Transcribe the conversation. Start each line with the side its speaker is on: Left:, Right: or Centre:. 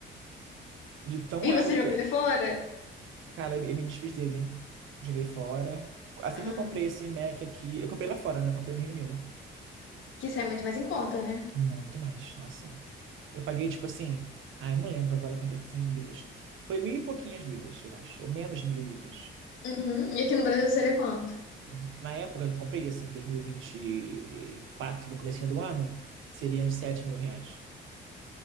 Right: De tão
Left: E
Right: lerdo
Left: você jogou
Right: que.
Left: ele fora?
Right: Cara, eu me desfiz dele. Joguei fora. Assim
Left: Ah,
Right: que eu comprei esse Mac aqui, eu comprei lá fora, né? Eu comprei no Reino Unido.
Left: que isso é muito mais em conta, né?
Right: Muito mais, nossa. Eu paguei, tipo assim, ai, não lembro agora quanto é que foi em libras. Foi mil e pouquinhas libras, eu acho, ou menos de mil libras.
Left: Uhum. E aqui no Brasil seria quanto?
Right: Mas Na época que eu comprei, assim, em dois mil e vinte e quatro no comecinho do ano, seria uns sete mil reais.